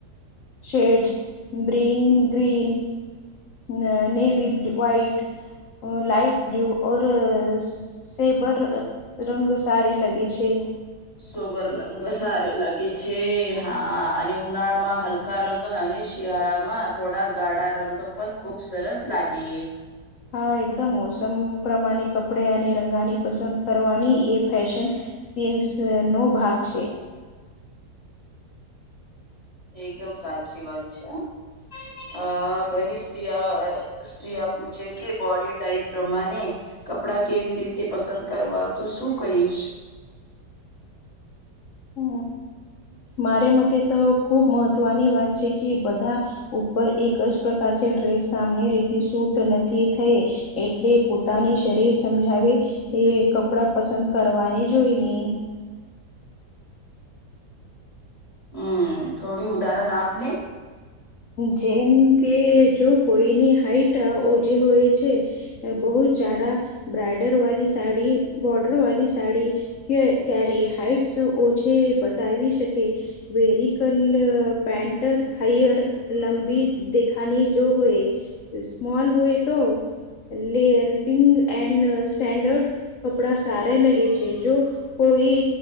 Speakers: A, on the left; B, on the left.
A: શેડ બ્રિંગ ગ્રીન. ન navy blue, white, light blue ઓર સેબર રંગ સારી લગે છે.
B: સોબર લંગ સારે લાગે છે. હા અને ઉનાળામાં હલ કા રંગ અને શિયાળામાં થોડા ગાળા રંગ પણ ખૂબ સરસ લાગે.
A: હા એકદમ મોસમ પ્રમાણે કપડે અને રંગાની પસંદ કરવાની એ ફેશન સીન્સનો ભાગ છે.
B: એકદમ સાચી વાત છે હહ. અ ઘની સ્ત્રી અ સ્ત્રીિયા પૂછે કે બોડી ટાઈપ પ્રમાને કપડા કેવી રીતે પસંદ કરવા તું શું કહીશ?
A: અ મારે મતે તો ખુબ મહત્વની વાત છે કે બધા ઉપર એક જ પ્રકાર છે ડ્રેસ સામની રીતે સૂટ નથી થઈ. એટલે પોતાની શરીર સમજાવે એ કપડાં પસંદ કરવાની જોઈને.
B: હમ્મ થોડી ઉદાહરણ આપને.
A: જેમ કે જો કોઈની હાઈટ ઓજે હોય છે. એ બહુ જ જાડા, બ્રાઇડર વાલી સાડી, બોર્ડર વાલી સાડી. કે ક્યારે હાઈટસ ઓછી બતાવી શકે. વેરિકલ પેન્ટર હૈયર. લંબી દેખાની જો હોય સ્મોલ હોય તો લેન્ટિંગ એન્ડ સ્ટેન્ડર્ડ કપડા સારા લગે છે. જો કોઈ